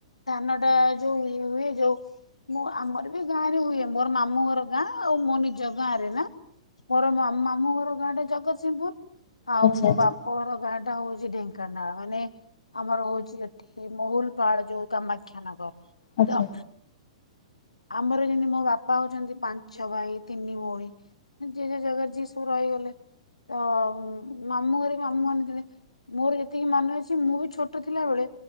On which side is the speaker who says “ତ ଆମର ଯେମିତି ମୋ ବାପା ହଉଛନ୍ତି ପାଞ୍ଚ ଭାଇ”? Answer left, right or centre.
Left